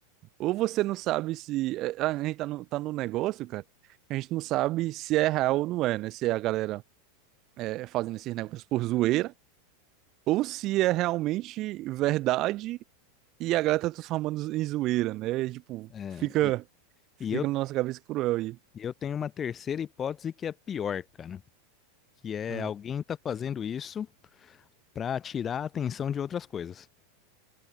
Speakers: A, on the right; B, on the left.
A: Ou você não sabe se. é, A gente tá no, tá no negócio, cara. A gente não sabe se é real ou não é, né? Se é a galera é, fazendo esses negócios por zoeira, ou se é realmente verdade e a galera tá transformando em zoeira, né? E, tipo,
B: É,
A: fica,
B: e,
A: fica
B: e eu,
A: na nossa cabeça cruel aí.
B: e eu tenho uma terceira hipótese que é pior, cara. Que é
A: Ah,
B: alguém tá fazendo isso para tirar a atenção de outras coisas.